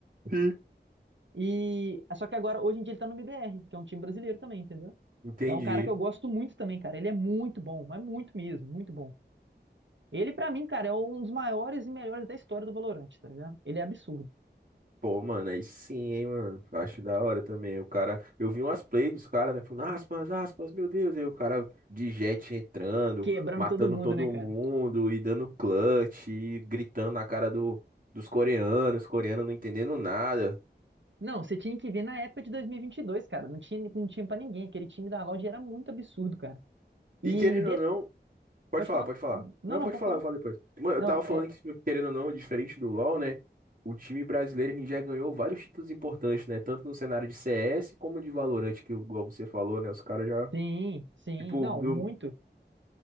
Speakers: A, on the right (about 50°); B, on the right (about 85°).
A: sim.
B: E só que agora, hoje em dia, ele tá no MBR, que é um time brasileiro também, entendeu?
A: Entendi.
B: É um cara que eu gosto muito também, cara. Ele é muito bom, mas muito mesmo, muito bom. Ele, pra mim, cara, é um dos maiores e melhores da história do Valorant, tá ligado? Ele é absurdo.
A: Pô, mano, aí sim, hein, mano. Acho da hora também. O cara, eu vi umas plays dos caras, né? Falando, aspas, aspas, meu Deus. Aí o cara de jet entrando,
B: Quebrando
A: matando
B: todo mundo,
A: todo
B: né, cara?
A: mundo e dando clutch, e gritando na cara do, dos coreanos, coreanos não entendendo nada.
B: Não, você tinha que ver na época de 2022, cara. Não tinha, não tinha pra ninguém. Aquele time da Loud era muito absurdo, cara. E.
A: E querendo
B: de-
A: ou não, pode
B: Pode
A: falar,
B: falar.
A: pode falar.
B: Não,
A: Não,
B: não,
A: pode
B: pode
A: falar,
B: falar.
A: eu falo depois. Mano,
B: Não,
A: eu tava falando
B: é.
A: que, querendo ou não, diferente do LoL, né? O time brasileiro a gente já ganhou vários títulos importantes, né? Tanto no cenário de CS como de Valorant, que igual você falou, né? Os caras já.
B: Sim, sim.
A: Tipo,
B: Não,
A: no-
B: muito.